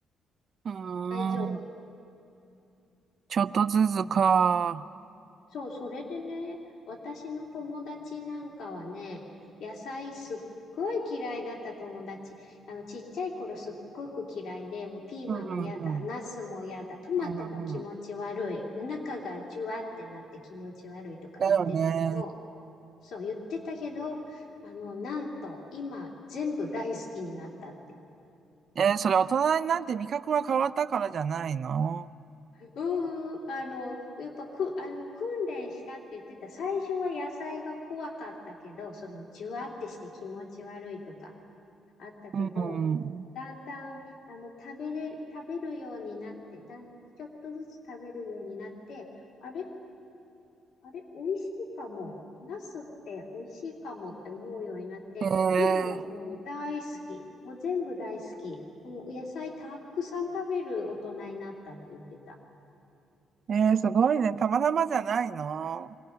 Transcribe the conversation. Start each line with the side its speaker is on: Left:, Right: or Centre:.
Right: うー
Left: 大丈夫。
Right: ん。ちょっとずつか。
Left: そう、それでね、私の友達なんかはね、野菜すっごい嫌いだった友達。あの、ちっちゃい頃すっごく嫌いで、もうピーマンも嫌だ、
Right: うんうんうん。
Left: ナスも嫌だ、トマトも気持ち悪い、
Right: うんうんうん。
Left: 中がジュワってなって気持ち悪いとか言ってたけど、
Right: だよね。
Left: そう言ってたけど、あの、なんと今全部大好きになったって。
Right: えー、それ大人になって味覚が変わったからじゃないの
Left: うんうん、あの、やっぱく、あの、訓練したって言ってた、最初は野菜が怖かったけど、その、じゅわってして気持ち悪いとかあったけど、
Right: うん。
Left: だんだん、あの、食べれ、食べるようになって、だん、ちょっとずつ食べるようになって、あれ、あれ、美味しいかも。ナスって美味しいかもって思うようになって、
Right: ええ
Left: 今はもう大好き。もう全部大好き。もう野菜たくさん食べる大人になったって言ってた。
Right: ー。えー、すごいね。たまたまじゃないの